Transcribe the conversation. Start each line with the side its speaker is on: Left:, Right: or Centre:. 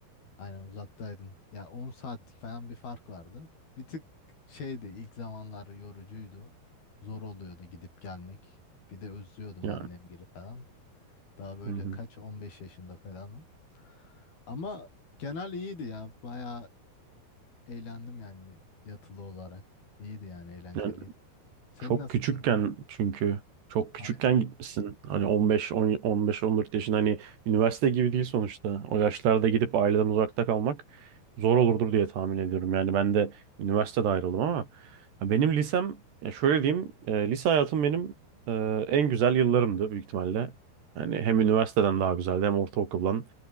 Left: Aynen uzaktaydım. Ya 10 saatlik falan bir fark vardı. Bir tık şeydi ilk zamanlar yorucuydu. Zor oluyordu gidip gelmek. Bir de özlüyordum
Right: Yani,
Left: annemgili falan. Daha böyle
Right: hı hı.
Left: kaç 15 yaşında falan. Ama genel iyiydi ya. Bayağı eğlendim yani yatılı olarak. İyiydi yani eğlenceliydi.
Right: Yani
Left: Senin
Right: Çok
Left: nasıldı
Right: küçükken
Left: lise?
Right: çünkü çok küçükken
Left: Aynen.
Right: gitmişsin. Hani 15 10 15 14 yaşında hani üniversite gibi değil sonuçta. O yaşlarda gidip aileden uzakta kalmak zor olurdur diye tahmin ediyorum. Yani ben de üniversitede ayrıldım ama ya benim lisem ya şöyle diyeyim, e, lise hayatım benim e, en güzel yıllarımdı büyük ihtimalle. Yani hem üniversiteden daha güzeldi hem ortaokuldan.